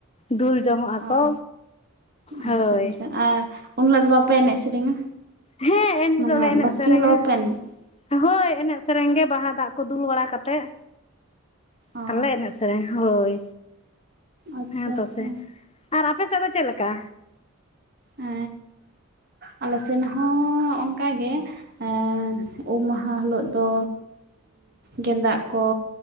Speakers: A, on the left; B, on the right.
A: ᱫᱩᱞ ᱡᱚᱝᱚᱜ ᱟᱠᱚ
B: ᱚ
A: ᱦᱳᱭ
B: ᱟᱪᱪᱷᱟ ᱟᱪᱪᱷᱟ ᱟᱨ ᱩᱱ‌ ᱦᱤᱞᱚᱜ ᱫᱚ ᱵᱟᱯᱮ ᱮᱱᱮᱡ ᱥᱮᱨᱮᱧᱟ
A: ᱦᱮᱸ ᱮᱱᱦᱤᱞᱳᱜ
B: ᱢᱟᱱᱮ
A: ᱞᱮ ᱮᱱᱮᱡ
B: ᱵᱟᱥᱠᱮ
A: ᱥᱮᱨᱮᱧᱟ
B: ᱦᱤᱞᱳᱜ ᱵᱟᱯᱮ ᱮᱱᱮᱡ
A: ᱦᱳᱭ ᱮᱱᱮᱡ ᱥᱮᱨᱮᱧ ᱜᱮ ᱵᱟᱦᱟ ᱫᱟᱜ ᱠᱚ ᱫᱩᱞ ᱵᱟᱲᱟ ᱠᱟᱛᱮᱫ
B: ᱚ
A: ᱟᱞᱮ ᱮᱱᱮᱡ ᱥᱮᱨᱮᱧ ᱦᱳᱭ
B: ᱟᱪᱪᱷᱟ
A: ᱦᱮᱸ ᱛᱚ
B: ᱟᱪᱪᱷᱟ
A: ᱥᱮ ᱟᱨ ᱟᱯᱮ ᱥᱮᱫ ᱫᱚ ᱪᱮᱫ ᱞᱮᱠᱟ
B: ᱮ ᱟᱞᱮ ᱥᱮᱱ ᱦᱚᱸ ᱚᱱᱠᱟᱜᱮ ᱮ ᱩᱢ ᱢᱟᱦᱟ ᱦᱤᱞᱳᱜ ᱫᱚ ᱜᱮᱸᱫᱟᱜ ᱠᱚ